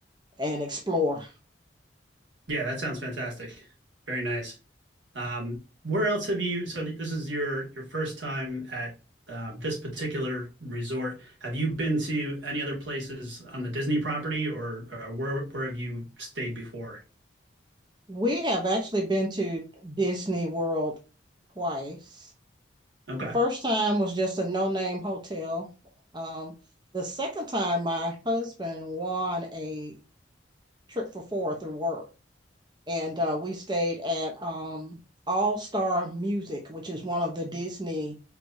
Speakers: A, on the right; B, on the right.
A: and explore.
B: Yeah, that sounds fantastic. Very nice. Um, Where else have you? So this is your your first time at uh, this particular resort. Have you been to any other places on the Disney property, or or where where have you stayed before?
A: We have actually been to Disney World twice.
B: Okay.
A: The first time was just a no-name hotel. Um, the second time, my husband won a trip for four through work, and uh, we stayed at um, All Star Music, which is one of the Disney